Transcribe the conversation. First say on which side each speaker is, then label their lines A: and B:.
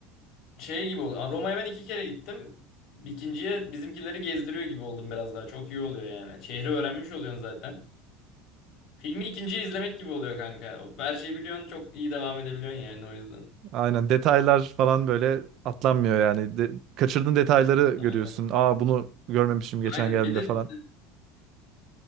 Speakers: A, on the left (about 40°); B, on the right (about 35°).
A: şey gibi oluyor. Roma'ya ben iki kere gittim. İkinciye bizimkileri gezdiriyor gibi oldum biraz daha. Çok iyi oluyor yani. Şehri öğrenmiş oluyorsun zaten. Filmi ikinciye izlemek gibi oluyor kanka. Her şeyi biliyorsun, çok iyi devam edebiliyorsun yani o yüzden.
B: Aynen detaylar falan böyle atlanmıyor yani. De- kaçırdığın detayları görüyorsun.
A: Aynen.
B: Aa bunu görmemişim geçen
A: Aynen.
B: geldiğimde
A: Bir de
B: falan.